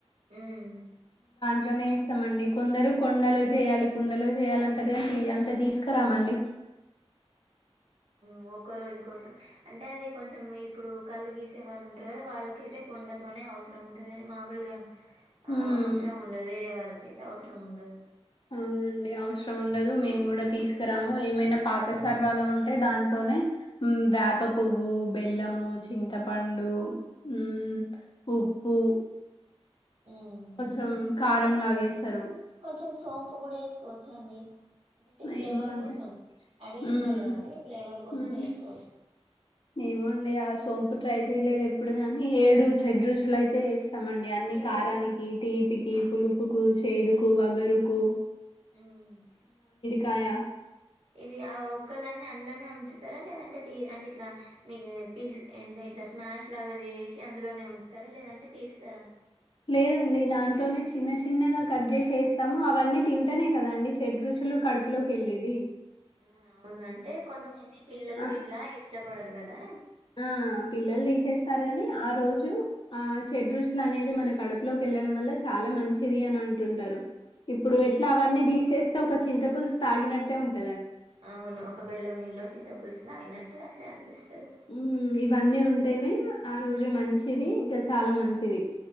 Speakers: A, on the right (about 80°); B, on the left (about 50°).
A: హు మ్
B: ఇందులోనే చేస్తామండి కొందరు కుండలో చేయాలి కుండలో చేయాలంటర్ కన్ కి అంత తీస్కురామండి
A: ఉ ఒక్కో రోజ్ కోసం అంటే అది కొంచం ఇప్పుడు కళ్ళు దీసే వాళ్ళ్ ఉంటార్ గదా వాళ్ళకైతే కుండతో అనె అవ్స్రం ఉంటది కానీ మామూల్గా
B: ఉమ్
A: అ-అవ్స్రం ఉండద్ వేరే వాళ్ళకైతే అవ్స్రం ఉండదు
B: అవ్ నండి అవ్స్రం ఉండదు మేమ్ గూడా తీస్కరాము ఏమైనా పాత సర్వాలు ఉంటే దాంట్లోనే హు మ్ వేప పువ్వు బెల్లము చింతపండు హు మ్ ఉప్పు పు
A: ఉమ్
B: కొంచం కారంలాగేస్తారు
A: కొంచం సోంపు గుడ ఎస్కోచ్చండి అంటే టె ఫ్లేవర్
B: ఏమో అండి
A: కోసం అడిష్నల్
B: మ్
A: గాది ఫ్లేవర్ కోసం
B: మ్
A: వేస్కోచ్చు
B: ఏమోండి ఆ సోంపు ట్రై చెయ్లేదు ఎప్పుడు గానీ ఏడు చెడ్ రుచులైతే ఏస్ మండి అన్ని
A: ఇది
B: కారానికి, తీపికి, పులుపుకు, చేదుకు, వగరుకు
A: మ్
B: కాయా
A: ఇవి ఆ ఒక్కళన్నీ అన్లనే ఉంచుతారా లేదంటే అంటిట్లా మీకు పిస్ అండ్ ఇట్లా స్మాష్ లాగా చేసి అందులోనే ఉంచ్తారా లేదంటే తీస్తారా
B: లేదండి దాంట్లోనే చిన్న చిన్నగా కట్ జేసేస్తాము అవన్నీ తింటనే కదాండి షేడ్ రుచు లు కడ్పులోకెళ్ళేది
A: అ అవును అంటే కొంతమంది పిల్లలుగిట్లా
B: ఆహ్,
A: ఇష్టపడరు గదా
B: ఆ పిల్లల్ తీసేస్తారు గని ఆ రోజు ఆ చెడ్ రుచుల్ అనేది మన కడుపులోకె ళ్ళడం వల్ల చాలా మంచిది అన్ అంటుంటారు ఇప్పుడు ఎట్లా అవన్నీ తీసేస్తే ఒక చింతపుల్స్ తాగినట్టే ఉంటు
A: అవ్ను ఒక బెల్లం నీల్లో చింతపుల్స్ తగినట్టే అట్లే అన్పిస్తది
B: హ్మ్. ఇవన్నీ ఉంటేనే ఆ రోజు మంచిది ఇంకా చాలా మంచిది